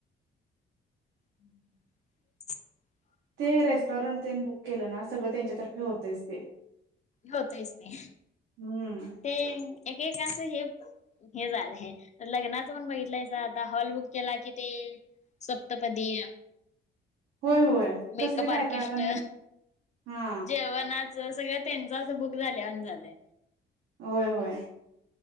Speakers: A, on the left (about 35°); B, on the right (about 85°).
A: हम्
B: ते रेस्टॉरंटतेन बुक केलं ना सगळं त्यांच्यातर्फे होतच ते.
A: होतच ते
B: हम्म
A: ते एक-एक असं हे हे झालं लग्नाचं पण बघितलायसा, आता हॉल बुक केला कि ते. सप्तपदी.
B: होय होय कसली
A: मेकअप
B: काय
A: आर्टिस्ट
B: काय आता नाही हा
A: जेवणाच. ज सगळं त्यांच, बुक झाल्या वनीं झालंय.
B: होय होय.